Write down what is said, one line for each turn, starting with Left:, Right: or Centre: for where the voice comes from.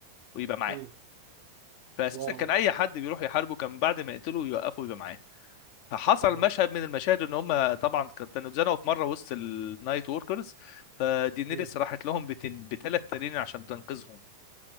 Left: ويبقى معاه
Right: مم.
Left: فاساسا
Right: واو
Left: كان اي حد بيروح يحاربه كان بعد ما يقتله يوقفه ويبقى معاه فحصل
Right: واو
Left: مشهد من المشاهد ان هم طبعا كانوا اتزنقوا في مره وسط النايت وركرز فدينيريس
Right: مم.
Left: راحت لهم بتن... بثلاث تنين عشان تنقذهم